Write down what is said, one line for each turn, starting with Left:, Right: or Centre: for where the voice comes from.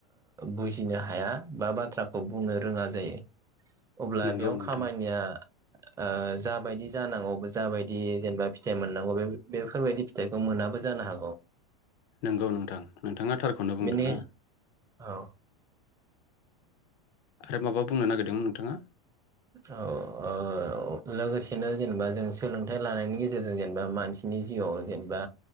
Right: बुजिनो हाया बा बाथ्राखौ बुंनो रोङा जायो अब्ला
Left: नोंगौ
Right: बेयाव
Left: नोंथां
Right: खामानिया ओ जाबायदि जानांगौ जाबायदि जेनेबा फिथाइ मोननांगौ बे बेफोरबायदि फिथाइखौ मोनाबो जानो हागौ
Left: नंगौ नोंथां नोंथाङा थारखौनो बुंदों
Right: बेनि
Left: ना
Right: औ
Left: आरो माबा बुंनो नागिरदोंमोन नोंथाङा?
Right: औ ओ लोगोसेनो जेनेबा जों सोलोंथाइ लानायनि गेजेरजों जेनेबा मानसिनि जिउआव जेनेबा